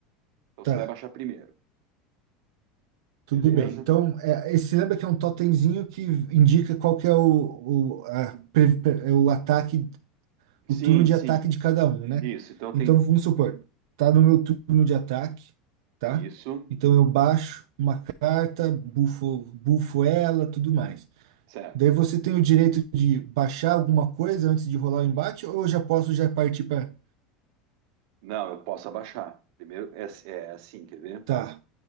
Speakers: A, on the right; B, on the right.
A: Então
B: tá.
A: você vai abaixar primeiro,
B: Tudo
A: beleza?
B: bem. Então, é, esse lembra que é um totemzinho que indica qual que é o, o, a pre- pre- é o ataque, o
A: Sim,
B: turno de
A: sim.
B: ataque de cada um, né?
A: Isso. Então
B: Então,
A: tem.
B: vamos supor, tá no meu turno de ataque, tá?
A: Isso,
B: Então eu baixo uma carta, bufo, bufo ela, tudo mais.
A: certo.
B: Daí você tem o direito de baixar alguma coisa antes de rolar o embate, ou eu já posso já partir para.
A: Não, eu posso abaixar. Primeiro é, é assim, quer ver?
B: Tá,